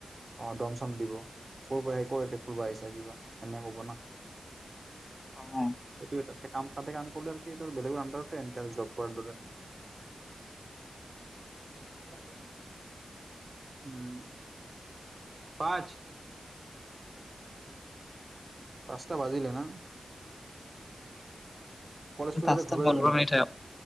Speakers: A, on the right; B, on the left.
A: অ দম চম দিব ক'ৰ পৰা আহি ক'তে এটেক কৰিব আহিছা কিবা এেনে ক'ব না।
B: অহ,
A: সেইটো তাতে কাম কতে কাম কৰিলে আৰুি ধ বেলেগ আণ্ডাৰ এনকে জব কৰাৰ দৰে। <unintelligible> উম। পাচঁ। পাচঁটা বাজিলে না। কলেজ ফিল্ড
B: পাঁচটা
A: ফালে ঘূৰিব
B: পন্ধৰ
A: যাবি নেকি
B: মিনিট হ